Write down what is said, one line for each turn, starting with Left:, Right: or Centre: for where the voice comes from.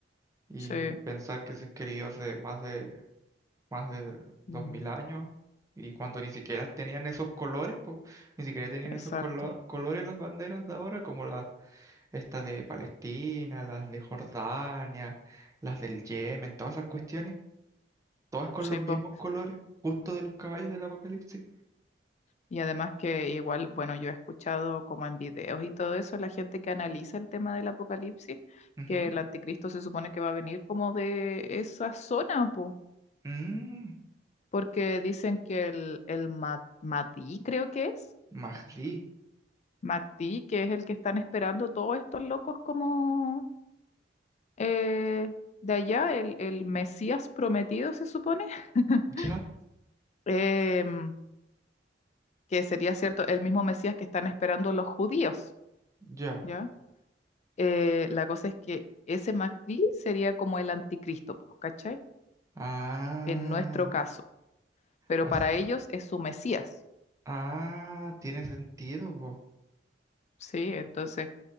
Right: y
Left: sí,
Right: pensar que se escribió hace más de más de
Left: mm,
Right: dos mil años y cuando ni siquiera tenían esos colores, pues ni siquiera tenían
Left: exacto,
Right: esos colo- colores las banderas de ahora como las estas de Palestina, las de Jordania, las del Yemen, todas esas cuestiones, todas con
Left: sí,
Right: los mismos
Left: pues.
Right: colores, justo de los caballos del Apocalipsis.
Left: Y además que igual, bueno, yo he escuchado como en videos y todo eso, la gente que analiza el tema del apocalipsis,
Right: Ujú.
Left: que el anticristo se supone que va a venir como de esa zona, po,
Right: Mm,
Left: porque dicen que el, el Ma- Mahdi, creo que es,
Right: Mahdi.
Left: Mahdi, que es el que están esperando todos estos locos como eh, de allá, el, el Mesías prometido se supone, <laughs>
Right: Ya,
Left: em, que sería cierto, el mismo Mesías que están esperando los judíos,
Right: ya.
Left: ¿ya? eh, la cosa es que ese Mahdi sería como el anticristo, po, ¿cachai?
Right: Ah,
Left: En nuestro caso, pero
Right: o s-
Left: para ellos es su Mesías,
Right: ah, tiene sentido, po.
Left: ¿sí? Entonces,